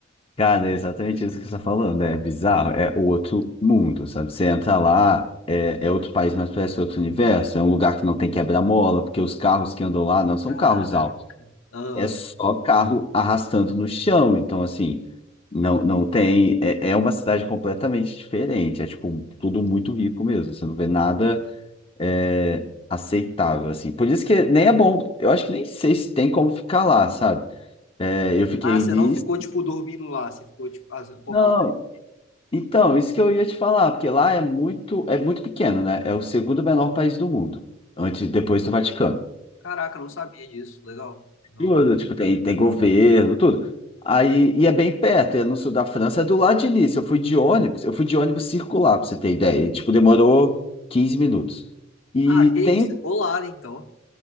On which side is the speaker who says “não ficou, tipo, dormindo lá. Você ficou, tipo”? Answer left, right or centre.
Left